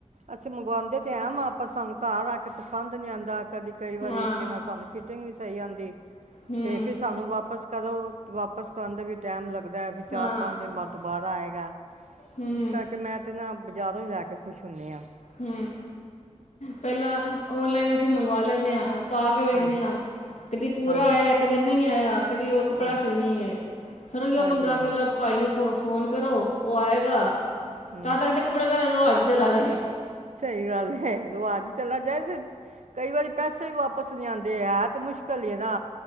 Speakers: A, on the right; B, on the left.
A: ਅਸੀਂ ਮੰਗਵਾਉਂਦੇ ਤੇ ਐ ਵਾਂ ਆਪਾਂ ਸਾਨੂੰ ਘਰ ਆ ਕੇ ਪਸੰਦ ਨੀ ਆਂਦਾ ਕਦੀ ਕਈ ਵਾਰੀ
B: ਹਾਂ,
A: ਕਿਹਾ ਸਾਨੂੰ ਫਿਰ ਨਹੀਂ ਸਹੀ ਆਦੀ,
B: ਹੂੰ,
A: ਤੇ ਫਿਰ ਸਾਨੂੰ ਵਾਪਸ ਕਦੋਂ ਵਾਪਸ ਕਰਨ ਦਾ ਵੀ ਟਾਈਮ ਲੱਗਦਾ। ਵੀ ਚਾਰ
B: ਹਾਂ,
A: ਪੰਜ ਮਤ ਦੋਬਾਰਾ ਆਏਗਾ।
B: ਹੂੰ,
A: ਗਾ। ਤਾਂ ਕਿ ਮੈਂ ਤੇ ਨਾ ਬਜ਼ਾਰੋਂ ਹੀ ਲੈ ਕੇ ਖੁਸ਼ ਹੁੰਦੀ ਹਾਂ।
B: ਹਮ ਪਹਿਲਾਂ ਔਨਲਾਈਨ ਅਸੀ ਇਥੇ ਮੰਗਵਾ ਲੈ ਨੇ ਆ ਪਾ ਕੇ ਵੇਖਦੇ
A: ਹਾਂਜੀ
B: ਹਾਂ। ਕਦੀ ਪੂਰਾ
A: ਹਾਂਜੀ
B: ਆਇਆ ਕਦੀ ਨਹੀਂ। ਆਇਆ, ਕਦੀ ਉਹ ਕੱਪੜਾ
A: ਹਾਂ
B: ਸਹੀ ਨਹੀਂੀ ਹੈ ਫਿਰ ਉਹੀਓ
A: ਹਾਂਜੀ
B: ਪੰਗਾ
A: ਹਾਂਜੀ
B: ਫਿਰ ਭਾਈ ਨੂੰ ਫੋਨ ਫ਼ੋਨ ਕਰੋ ਉਹ ਆਏਗਾ।
A: ਹੂੰ
B: ਤਾਂ ਤੱਕ ਤਾਂ ਕੱਪੜਾ ਰਵਾਜ਼ ਚਲਾ ਜਾਏ।
A: ਸਹੀ ਗੱਲ। ਰਵਾਜ਼ ਵੀ ਚਲਾ ਜਾਏ ਫ ਕਈ ਵਾਰੀ ਪੈਸੇ ਵੀ ਵਾਪਸ ਨਹੀਂੀ ਆਉਂਦੇ ਹੈ ਤੇ ਮੁਸ਼ਕਿਲ ਹੀ ਨਾ